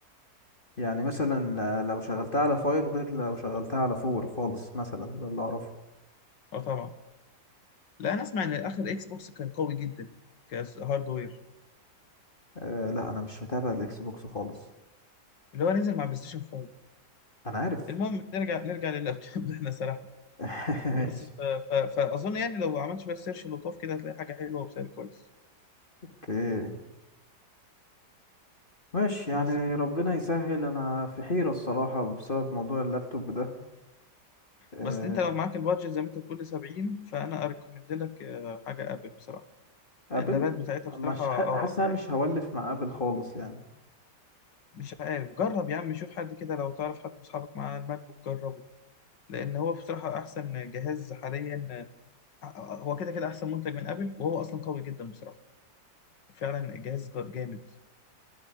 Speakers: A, on the left; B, on the left.
A: يعني مثلا آه، لو شغلتها على فايف غير لو شغلتها على فور خالص مثلا ده اللي اعرفه
B: اه طبعا لا انا اسمع ان اخر اكس بوكس كان قوي جدا كهاردوير
A: أه لا انا مش متابع الاكس بوكس خالص
B: اللي هو نزل مع بلاي ستيشن 5
A: انا عارف
B: المهم نرجع نرجع لللابتوب <laughs> احنا سرحنا
A: <laughs> ماشي
B: بس ف... ف... فاظن يعني لو عملت شوية سيرش لطاف كده هتلاقي حاجة حلوة وبسعر كويس
A: اوكي ماشي يعني
B: بس
A: ربنا يسهل انا في حيرة الصراحة بسبب موضوع اللابتوب ده أه
B: بس انت لو معاك البادجت زي ما انت بتقول 70 فانا اريكومند لك آه، حاجه ابل بصراحه
A: ابل
B: اللابات بتاعتها
A: مش
B: بصراحه اه
A: ح- حاسس إن
B: يعني
A: انا مش هولف مع ابل خالص يعني
B: مش عارف جرب يا عم شوف حد كده لو تعرف حد من اصحابك مع الماك بوك جربه لان هو بصراحه احسن جهاز حاليا آه، هو كده كده احسن منتج من ابل وهو اصلا قوي جدا بصراحه فعلا جهاز جامد